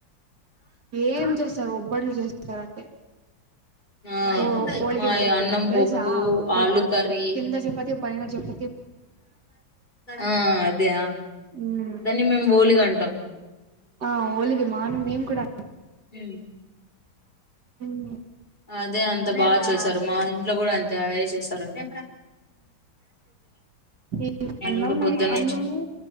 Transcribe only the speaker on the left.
ఆ
మా
అన్నం
పప్పు
ఆలు కర్రీ
ఆ అదే ఆ
దాన్ని మేము ఓలిగ అంటాం
మ్మ్
అదే అంత బా చేశారు మా ఇంట్లో కూడా అన్ తే అవేనే చేస్తరండి
ఇకా పొద్దున్నంచి